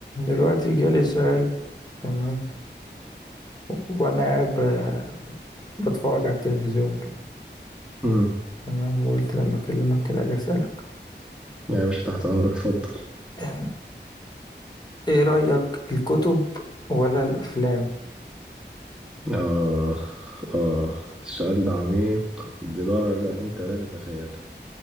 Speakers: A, on the left; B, in the centre.
A: دلوقتي جالي سؤال تمام و- وانا قاعد ب- بتفرج على التلفزيون كده
B: امم
A: تمام وقلت لما اكلمك كده اجي اسالك
B: يا باشا تحت امرك اتفضل
A: أم، ايه رايك الكتب ولا الافلام
B: اخ اخ السؤال ده عميق بدرجة انت لا تتخيلها